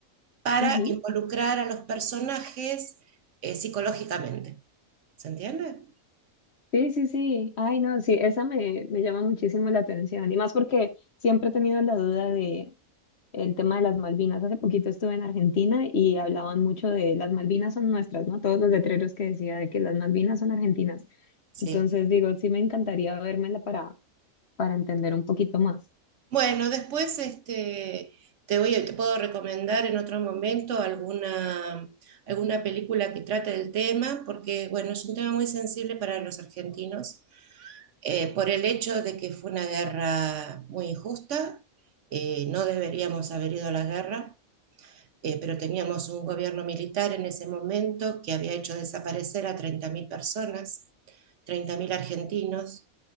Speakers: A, on the right; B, on the left.
A: para
B: Ujú.
A: involucrar a los personajes eh, psicológicamente. ¿Se entiende?
B: Sí, sí, sí. Ay, no, sí, esa me, me llama muchísimo la atención. Y más porque siempre he tenido la duda de el tema de las Malvinas. Hace poquito estuve en Argentina y hablaban mucho de las Malvinas son nuestras, ¿no? Todos los letreros que decía de que las Malvinas son argentinas.
A: Sí.
B: Entonces digo, sí me encantaría vérmela para, para entender un poquito más.
A: Bueno, después este, te, voy, te puedo recomendar en otro momento alguna, alguna película que trate del tema, porque bueno, es un tema muy sensible para los argentinos, eh, por el hecho de que fue una guerra muy injusta, eh, no deberíamos haber ido a la guerra, eh, pero teníamos un gobierno militar en ese momento que había hecho desaparecer a 30.000 personas, 30.000 argentinos,